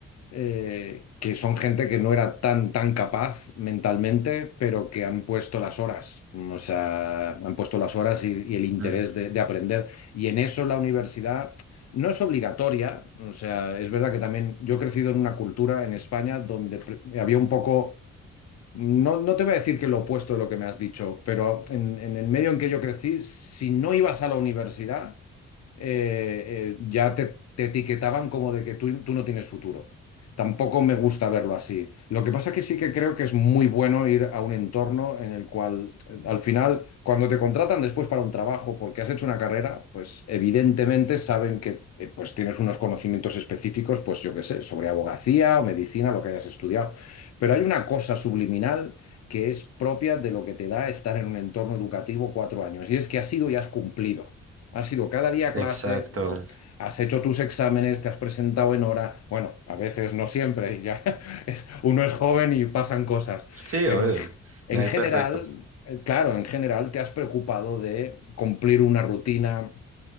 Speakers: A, on the left (about 55°); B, on the right (about 45°).
A: eh, que son gente que no era tan, tan capaz mentalmente, pero que han puesto las horas, mm, o sea, han puesto las horas y, y el interés
B: Mm,
A: de, de aprender. Y en eso la universidad no es obligatoria, o sea, es verdad que también yo he crecido en una cultura en España donde pre- había un poco... No, no te voy a decir que lo opuesto de lo que me has dicho, pero en, en el medio en que yo crecí, si no ibas a la universidad, eh, eh, ya te, te etiquetaban como de que tú, tú no tienes futuro. Tampoco me gusta verlo así. Lo que pasa que sí que creo que es muy bueno ir a un entorno en el cual, eh, al final, cuando te contratan después para un trabajo porque has hecho una carrera, pues evidentemente saben que eh, pues tienes unos conocimientos específicos, pues yo qué sé, sobre abogacía o medicina, lo que hayas estudiado. Pero hay una cosa subliminal que es propia de lo que te da estar en un entorno educativo cuatro años, y es que has ido y has cumplido. Has ido cada día a
B: exacto.
A: clase, o has hecho tus exámenes, te has presentado en hora. Bueno, a veces no siempre, ya <laughs> es- uno es joven y pasan cosas,
B: Sí,
A: pero
B: obvio.
A: en, ge- en
B: Nadie
A: general,
B: es perfecto.
A: eh, claro, en general te has preocupado de cumplir una rutina